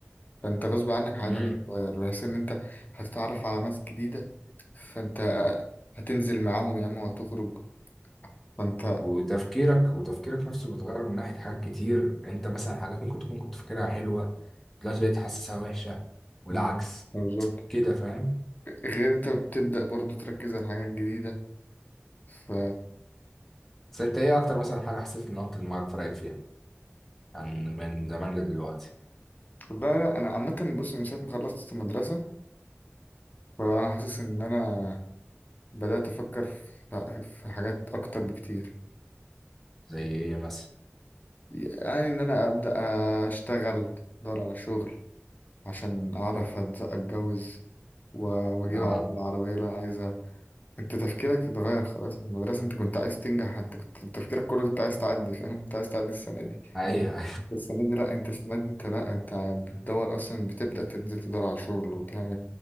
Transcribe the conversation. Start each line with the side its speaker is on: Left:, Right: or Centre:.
Left: فانت غصب عنك حياتك
Centre: امم
Left: هتتغير بحيث ان انت هتتعرف على ناس جديدة فانت هتنزل معاهم يا عم وهتخرج فانت
Centre: وتفكيرك وتفكيرك نفسه بيتغير من ناحية حاجات كتير انت مثلا حاجات ممكن تكون كنت فاكرها حلوة دلوقتي بقيت حاسسها وحشة والعكس
Left: مم. بالظبط
Centre: كده فاهم
Left: غير انت بتبدأ برضو تركز على حاجات جديدة ف
Centre: بس انت ايه اكتر مثلا حاجة حسيت ان انت دماغك فرقت فيها عن من زمان لدلوقتي
Left: لا لا انا عامة بص من ساعة ما خلصت المدرسة فانا حاسس ان انا بدأت افكر في في حاجات اكتر بكتير
Centre: زي ايه مثلا
Left: يعني ان انا ابدأ اشتغل ادور على شغل عشان اعرف أتز- اتجوز و- واجيب
Centre: اه
Left: عربية العربية اللي انا عايزها انت تفكيرك اتغير خلاص في المدرسة انت كنت عايز تنجح انت كنت تفكيرك كله انت عايز تعدي فاهم انت عايز تعدي السنة دي
Centre: ايوه
Left: انت السنة دي لا انت السنة دي انت لا انت بتدور اصلا بتبدأ تنزل تدور على شغل وتعمل